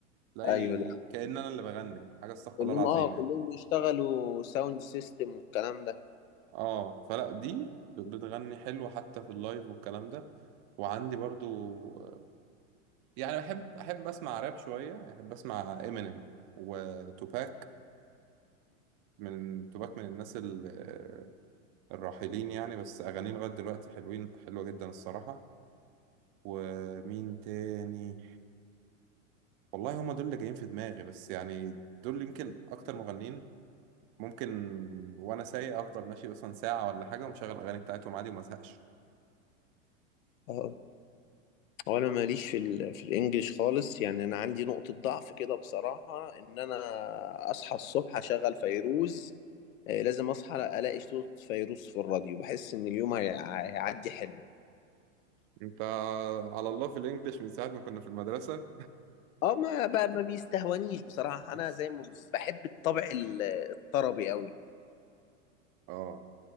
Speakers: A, on the right; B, on the left.
A: تلاقي
B: ايوه دي
A: كأن انا اللي بغني حاجة استغفر
B: كلهم
A: الله العظيم
B: اه
A: يعني
B: كلهم بيشتغلوا ساوند سيستم والكلام ده
A: اه فلا دي ب- بتغني حلو حتى في اللايف والكلام ده وعندي برضو آه، يعني بحب احب اسمع راب شوية احب اسمع امينيم وتوباك من توباك من الناس ال- الراحلين يعني بس أغانيه لغاية دلوقتي حلوين حلوة جدا الصراحة ومين تاني والله هما دول اللي جايين في دماغي بس يعني دول يمكن أكتر مغنيين ممكن وأنا سايق أفضل ماشي مثلا ساعة ولا حاجة ومشغل الأغاني بتاعتهم عادي وما أزهقش
B: امم هو انا ماليش في ال في الانجليش خالص يعني انا عندي نقطة ضعف كده بصراحة ان انا اصحى الصبح اشغل فيروز آه، لازم اصحى الاقي صوت فيروز في الراديو بحس ان اليوم هيع- هيعدي حلو
A: أنت على الله في الإنجليش من ساعة ما كنا في المدرسة
B: اه ما ب- ما بيستهونيش بصراحة
A: <laughs>
B: انا زي ما بحب الطبع ال- الطربي قوي
A: آه